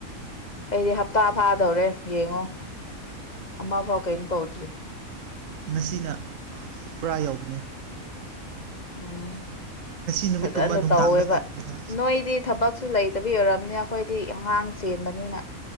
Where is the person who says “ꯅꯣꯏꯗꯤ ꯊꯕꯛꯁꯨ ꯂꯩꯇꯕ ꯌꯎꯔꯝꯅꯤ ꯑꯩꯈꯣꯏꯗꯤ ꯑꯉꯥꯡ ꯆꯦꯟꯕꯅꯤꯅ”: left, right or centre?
Left